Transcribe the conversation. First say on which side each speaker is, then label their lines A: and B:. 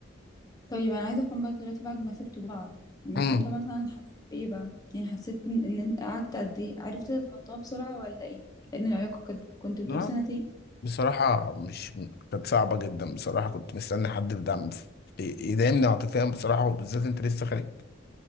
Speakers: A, on the left (about 20°); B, on the left (about 55°).
A: طيب انا عايزه افهم بقى دلوقتي بعد ما سبتوا بعض من-
B: امم
A: انت مثلا حسيت بايه بقى يعني حسيت ان إن انت قعدت قد ايه عرفت تتخطاها بسرعه ولا ايه لان العلاقه كانت كنت بتقول
B: لا
A: سنتين
B: بصراحة مش كانت صعبة جدا بصراحة كنت مستني حد في دعم يدعمني عاطفيا بصراحة وبالذات انت لسه خارج